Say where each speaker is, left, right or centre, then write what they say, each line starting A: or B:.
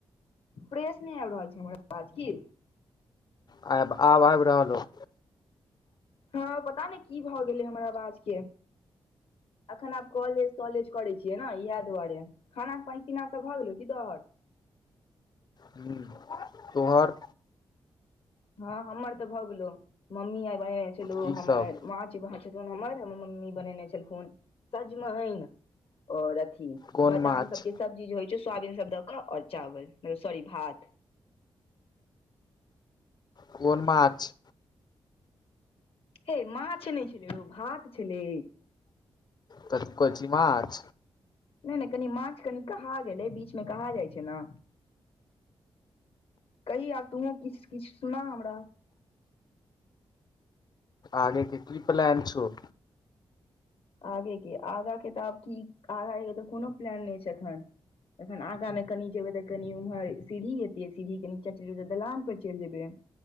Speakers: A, on the left; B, on the left.
A: फ्रेश नहि आबि रहल छै हमर अवाज की
B: आ आब आबि रहल हौ
A: हँ पता नहि की भ गेलै हमर आवाज के अखन आब कॉलेज तॉलेज करै छियै ने इएह दुआरे खाना सब भऽ गेलौ की तोहर
B: हम्म <unintelligible> तोहर
A: हँ हमर तऽ भऽ गेलो मम्मी आए बनेने छलो
B: की
A: हमर
B: सब
A: माछ भात <unintelligible> हम्मर मम्मी बनेने छलखून सजमैन और
B: कोन
A: बादाम
B: माछ
A: सब के सब्जी जे होइ छै सोयबीन सब द क और चावलतल सॉरी भात
B: कोन माछ
A: हे मछ नहि छलै हो भात छलै
B: त कोछि माछ
A: नहि नहि कनी माछ कनि कहा गेलै बीच मे कहा जाइ छै ना कहि आब तूहोँ किछ किछ सुना हमरा
B: आगे के की प्लान छो
A: आगेके आगाँ के तऽ आब की आगाँके तऽ कोनो प्लान नहि छै एखन तखन आगाँ ने कनि जेबै तऽ कनि उम्हर सीढ़ी एतेै सीढ़ी के निचे चल जेबै तऽ दलान पर चैल जेबै